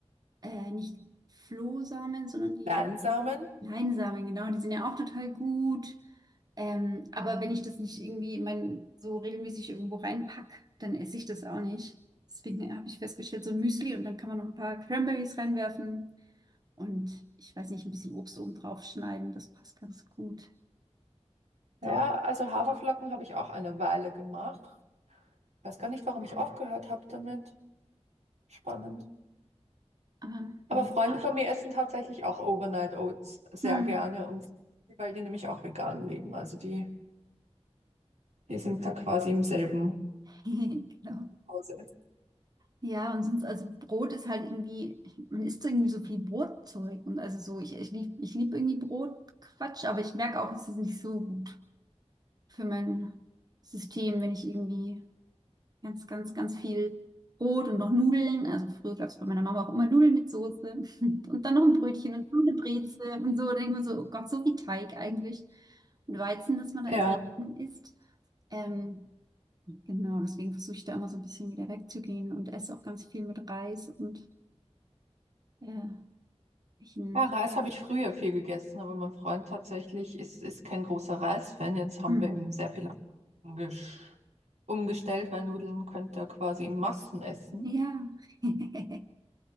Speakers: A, on the right; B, on the right.
A: Äh, nicht Flohsamen, sondern die
B: Leinsamen,
A: Leinsamen, genau, die sind ja auch total gut. Ähm, aber wenn ich das nicht irgendwie in mein, so regelmäßig irgendwo reinpack, dann esse ich das auch nicht. Deswegen habe ich festgestellt, so ein Müsli und dann kann man noch ein paar Cranberries reinwerfen und ich weiß nicht, ein bisschen Obst oben drauf schneiden, das passt ganz gut.
B: ja,
A: doch
B: also Haferflocken habe ich auch eine Weile gemacht. Weiß gar nicht, warum ich aufgehört habe damit. Spannend.
A: aber
B: Aber
A: ja.
B: Freunde von mir essen tatsächlich auch Overnight Oats sehr
A: Hm.
B: gerne und weil die nämlich auch vegan leben. Also die, die sind da quasi im selben
A: <laughs> Genau.
B: Hause.
A: Ja, und sonst, also Brot ist halt irgendwie, man isst irgendwie so viel Brotzeug. Und also so, ich, ich lieb, ich lieb irgendwie Brotquatsch, aber ich merke auch, es ist nicht so gut für mein System, wenn ich irgendwie Ganz, ganz, ganz viel Brot und noch Nudeln. Also früher gab es bei meiner Mama auch immer Nudeln mit Soße <laughs> und dann noch ein Brötchen und noch eine Brezel und so. Da denkt man so, oh Gott, so wie Teig eigentlich. Und Weizen, das man da
B: Ja.
A: ins isst. Ähm, genau, deswegen versuche ich da immer so ein bisschen wieder wegzugehen und esse auch ganz viel mit Reis und äh, ich nicht.
B: Ja, Reis habe ich früher viel gegessen, aber mein Freund tatsächlich ist, ist kein großer Reisfan. Jetzt haben
A: Hm.
B: wir ihm sehr viel umgesch- umgestellt, weil Nudeln könnt ihr quasi in Massen essen.
A: Ja, <laughs>